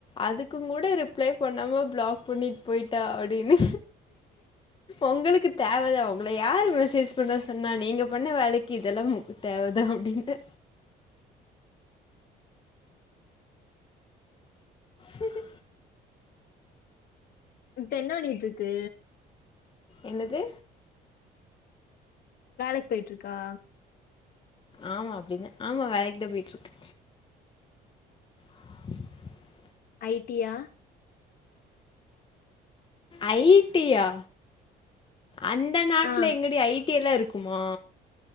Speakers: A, on the left (about 30°); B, on the left (about 65°).
A: அதுக்குங்கூட ரிப்ளை பண்ணாம பிளாக் பண்ணிட் போயிட்டா அப்டின்னு உங்களுக்கு தேவதா உங்கள யாரு மெசேஜ் பண்ண சொன்னா? நீங்க பண்ண வேலக்கி இதல்லா உங்ளுக்கு தேவதா அப்டின்னே. உஹ
B: இப்ப என்ன பண்ணிட்ருக்கு?
A: என்னது?
B: வேலைக்கி போயிட்ருக்கா?
A: ஆமா அப்டினே ஆமா வேலைக்கிதா போயிட்ருக்கு. <inaudible>
B: ஐ டி யா?
A: ஐ டி யா அந்த நாட்ல
B: ஆ
A: எங்கடி ஐ ட்டி எல்லா இருக்குமா